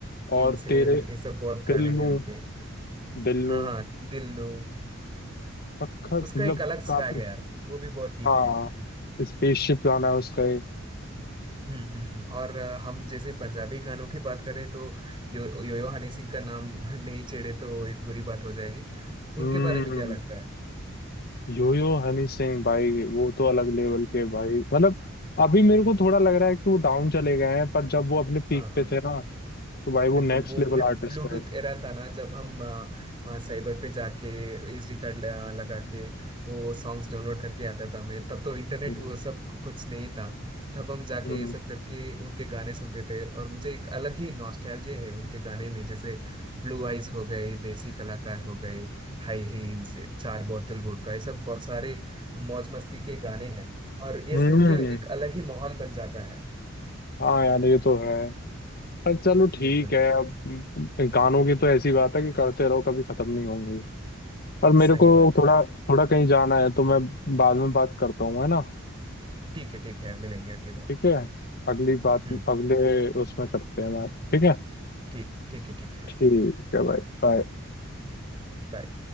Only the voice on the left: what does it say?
और
तेरे
दिल नू
दिल
नू
पक्का मतलब
काफी
हाँ
स्पेसशिप गाना है उसका एक
हम्म
यो यो हनी सिंह भाई वो तो अलग लेवल के भाई मतलब अभी मेरे को थोड़ा लग रहा है कि वो डाउन चले गए हैं पर जब वो अपने
पीक
पे थे ना तो भाई वो
नेक्स्ट
लेवल
आर्टिस्ट है
हम्म
हम्म
हम्म
हम्म,
हाँ यार ये तो है पर चलो ठीक
है
अब गानों की तो ऐसी बात है कि करते रहो कभी खत्म नहीं होंगी पर मेरे
को
थोड़ा
थोड़ा कहीं जाना है तो मैं बाद में बात करता हूँ है ना
ठीक है अगली बात
अगले उसमें करते हैं बात ठीक है
ठीक है भाई बाय